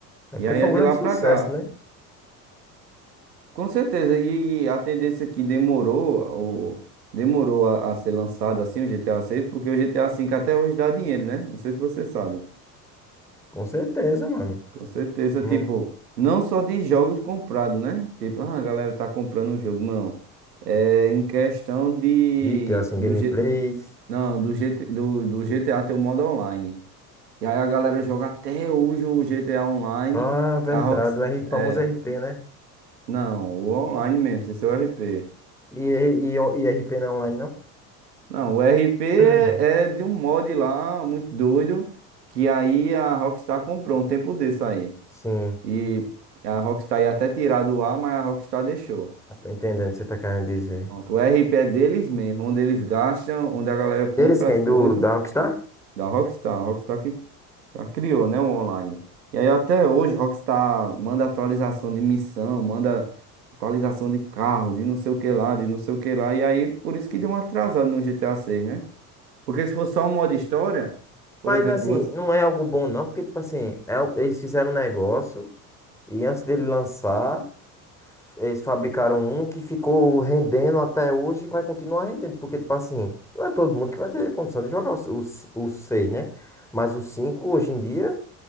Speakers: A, in the centre; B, on the right.
A: É porque
B: E aí
A: foi
B: é
A: um
B: de
A: grande
B: lá
A: sucesso,
B: pra cá.
A: né?
B: Com certeza, e, e a tendência que demorou, o, demorou a, a ser lançado assim o GTA 6, porque o GTA 5 até hoje dá dinheiro, né? Não sei se você sabe.
A: Com certeza, mano.
B: Com certeza,
A: Não,
B: tipo, não só de jogos comprados, né? Tipo, ah, a galera tá comprando um jogo, não. É em questão de
A: de que assim,
B: do
A: gameplays.
B: G, não, do GT, do, do GTA ter o modo online. E aí a galera joga até hoje o GTA online,
A: Ah, verdade,
B: a Rox,
A: o R,
B: é,
A: famoso r p né?
B: não, o online mesmo, sem ser o RP.
A: E, e, e r p não é online, não?
B: Não, o RP é
A: <clears throat>
B: é de um mod lá muito doido que aí a Rockstar comprou um tempo desse aí.
A: Sim,
B: E a Rockstar ia até tirar do ar, mas a Rockstar deixou.
A: tô entendendo o que você tá querendo dizer.
B: Pronto, o R P é deles mesmo, onde eles gastam, onde a galera compra
A: Eles quem?
B: as coisas
A: Do, da Rockstar?
B: da Rockstar. Rockstar que já criou, né, o online. E aí até hoje Rockstar manda atualização de missão, manda atualização de carro, de não sei o que lá, de não sei o que lá. E aí por isso que deu um atrasado no G T A 6, né? Porque se fosse só um modo história, por
A: Mas
B: exemplo,
A: assim,
B: você-
A: não é algo bom não, porque tipo assim, é o- eles fizeram um negócio e antes dele lançar, f- eles fabricaram um que ficou rendendo até hoje e vai continuar rendendo, porque tipo assim, não é todo mundo que vai ter condição de jogar o, s- o, 6, né? Mas o 5 hoje em dia